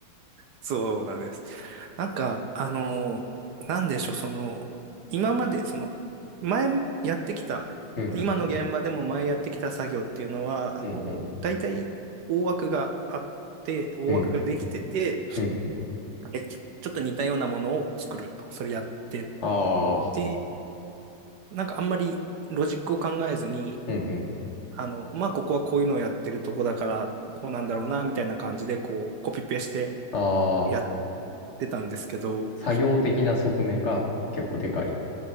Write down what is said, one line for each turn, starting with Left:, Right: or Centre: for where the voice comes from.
Right: そうなんです。なんか、あのーなんでしょう、その、今まで、その、前やってきた、
Left: うんう
Right: 今の現場でも前やってきた作業っていうのは、あのー大体大枠があって、
Left: ん、うんうん、
Right: 大枠ができてて、
Left: うんうん、うんうん。
Right: えちょちょっと似たようなものを作ると、それやって
Left: ああ、
Right: て、なんかあんまりロジックを考えずに、
Left: うんうん。
Right: あの、まあ、ここはこういうのをやってるとこだから、こうなんだろうな、みたいな感じで、こう、コピペして
Left: ああ、
Right: やってたんですけど、
Left: 作業的な側面が結構でかい